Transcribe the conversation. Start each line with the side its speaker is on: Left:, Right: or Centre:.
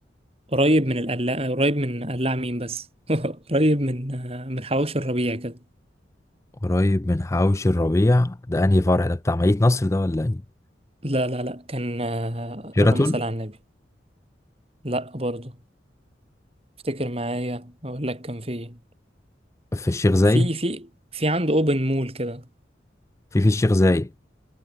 Right: قريب من القلاع قريب من قلاع مين بس <laughs> قريب من من حواوشي الربيع كده
Left: قريب من حوش الربيع ده انهي فرع ده بتاع مدينة نصر ده ولا ايه
Right: لا لا لا كان
Left: شيراتون
Right: اللهم صل على النبي لا برضو افتكر معايا اقول لك كان في إيه.
Left: في الشيخ زايد
Right: في في في عنده اوبن مول كده
Left: في في الشيخ زايد